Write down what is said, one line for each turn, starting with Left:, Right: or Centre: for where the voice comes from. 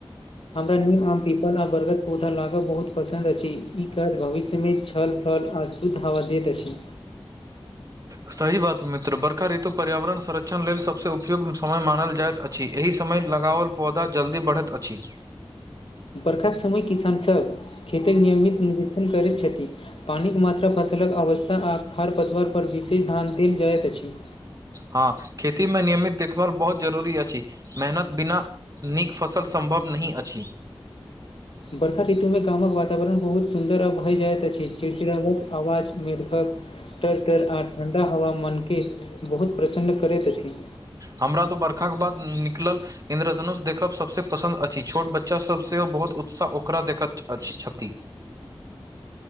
Left: हमरा न्यू आम पीपल आ बरगद पौधा लागऽ बहुत पसन्द अछि ई काज भविष्यमे छल फल आ शुद्ध हवा दैत अछि
Right: सही बात मित्र बर्खा ऋतु पर्यावरण संरक्षण लेल सभसँ उपयोग्त समय मानल जाइत अछि अछि एहि समय लगाओल पौधा जल्दी बढ़ैत अछि
Left: बर्खाक समय किसानसभ खेतक नियमित निरीक्षण करैत छथि पानिक मात्रा फसलक अवस्था आ खर पतवरपर विशेष ध्यान देल जाइत अछि
Right: हँ खेती मे नियमित देखभाल बहुत जरूरी अछि मेहनत बिना नीक फसल सम्भव नहि अछि
Left: बड़खा ऋतुमे गामक वातावरण बहुत सुन्दर आ भए जाइत अछि चिड़चिड़ावक आवाज मर्खक तटर तर आ ठण्डा हवामानके बहुत प्रसन्न करैत अछि
Right: हमरा तऽ बर्खाके बाद निकलल इंन्द्रधनुष देखब सबसे पसन्द अछि छोट बच्चा सब सेहो बहुत उत्साह ओकरा देखत छथि